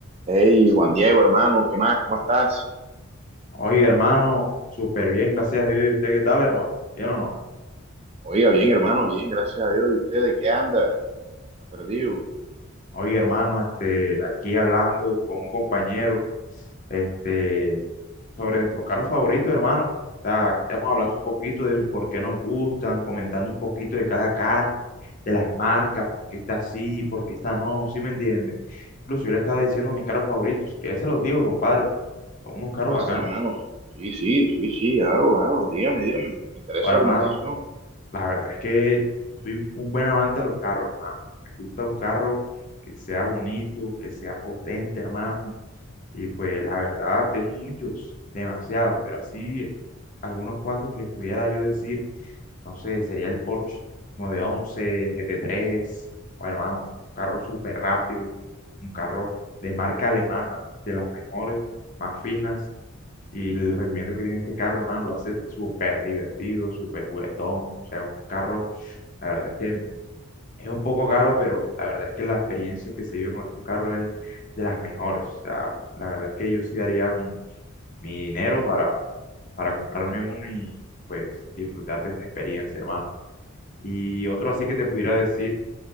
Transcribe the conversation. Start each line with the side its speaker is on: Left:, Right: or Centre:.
Right: Hey, Juan Diego, hermano, ¿qué más? ¿Cómo estás?
Left: Oye, hermano, súper bien, gracias a Dios. ¿Y usted qué tal, hermano? ¿Bien o no?
Right: Oiga, bien, hermano, bien, gracias a Dios. ¿Y usted de qué anda? ¿Está perdido?
Left: Oye, hermano, este, aquí hablando con un compañero, este, sobre nuestros carros favoritos, hermano. O sea, aquí estamos hablando un poquito del por qué nos gustan, comentando un poquito de cada carro, de las marcas, por qué está así, por qué está no, ¿sí me entiende? Incluso yo le estaba diciendo mis carros favoritos, si quieres se los digo, compadre, porque son unos carros
Right: Ah,
Left: bacanos.
Right: sí, hermano. Sí, sí, sí, sí, claro, claro. Dígame, dígame. Me interesa
Left: Bueno,
Right: la
Left: hermano,
Right: conversación.
Left: La verdad es que soy un buen amante a los carros, hermano. Me gusta un carro que sea bonito, que sea potente, hermano. Y pues la verdad, tengo muchos, demasiados, pero así algunos cuantos que les pudiera yo decir, no sé, sería el Porsche 911, GT3, o hermano, un carro súper rápido, un carro de marca alemana, de las mejores, más finas. Y el rendimiento que tiene este carro, hermano, lo hace súper divertido, súper juguetón. O sea, un carro, la verdad es que es un poco caro, pero la verdad es que la experiencia que se vive con estos carros es de las mejores. O sea, la verdad es que yo sí daría mi, mi dinero para, para comprarme uno y pues disfrutar de esta experiencia, hermano. Y otro así que te pudiera decir,